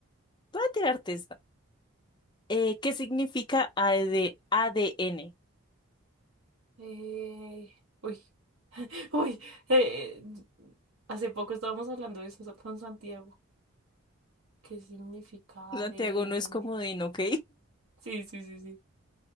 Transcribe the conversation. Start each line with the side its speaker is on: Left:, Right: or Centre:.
Left: voy a tirarte esta. Eh, ¿qué significa A AD ADN?
Right: Eh, uy, <laughs> uy, eh, hace poco estábamos hablando de eso con Santiago. ¿Qué significa
Left: Santiago
Right: ADN?
Left: no es comodín, ¿ok?
Right: Sí, sí, sí, sí.